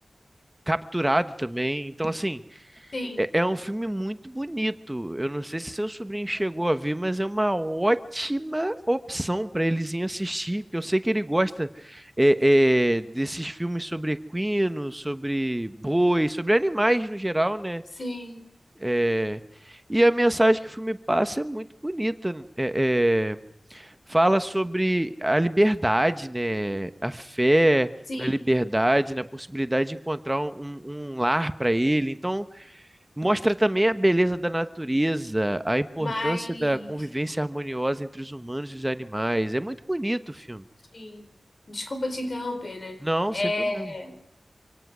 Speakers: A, on the right (about 20°); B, on the left (about 65°).
A: capturado também. Então, assim,
B: Sim.
A: é, é um filme muito bonito. Eu não sei se seu sobrinho chegou a ver, mas é uma ótima opção para eles irem assistir, porque eu sei que ele gosta é, é, desses filmes sobre equino, sobre boi, sobre animais no geral, né?
B: Sim,
A: É, e a mensagem que o filme passa é muito bonita. É, é, fala sobre a liberdade, né? A fé
B: sim,
A: na liberdade, na possibilidade de encontrar um, um um lar para ele. Então Mostra também a beleza da natureza, a importância
B: mas
A: da convivência harmoniosa entre os humanos e os animais. É muito bonito o filme.
B: sim. Desculpa te interromper, né?
A: Não,
B: É,
A: sem problema.